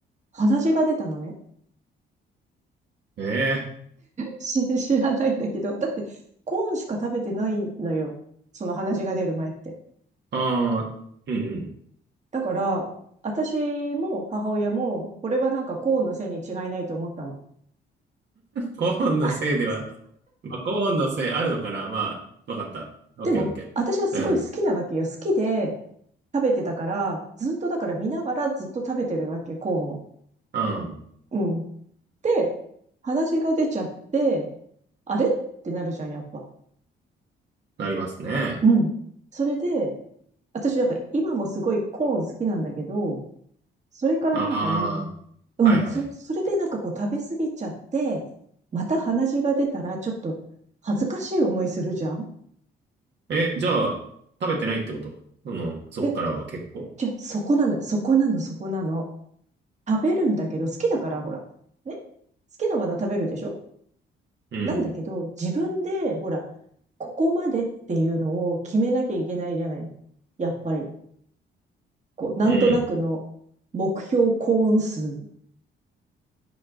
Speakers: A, on the right; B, on the right.
A: 鼻血が出たのね。
B: ええ
A: し <laughs> 知らないんだけど、だってコーンしか食べてないのよ。その鼻血が出る前って。
B: ああ、うんうん。
A: だから、私も母親も、これはなんかコーンのせいに違いないと思ったの。
B: コーンのせいでは、
A: <laughs>
B: まあ、コーンのせいあるのかなまあ、わかった。オッケーオッケー。
A: でも、私はすごい好きなわけよ。好きで食べてたから、ずっとだから見ながらずっと食べてるわけ、コーンを。
B: うん、うん。
A: うん。で、鼻血が出ちゃって、あれってなるじゃん、やっぱ。
B: なりますね。
A: うん。それで、私なんか今もすごいコーン好きなんだけど、それからなんかね、
B: あ
A: うん、
B: あ、はいはい。
A: そ、それでなんかこう食べ過ぎちゃって、また鼻血が出たらちょっと恥ずかしい思いするじゃん
B: え、じゃあ、食べてないってことその、そっからは結構。
A: で、じゃあそこなのよ、そこなの、そこなの。食べるんだけど、好きだから、ほら。ね好きなものは食べるでしょ
B: うん、
A: なんだけど、自分で、ほら、ここまでっていうのを決めなきゃいけないじゃない。やっぱり。こう、なんとなくの
B: うん。
A: 目標コーン数。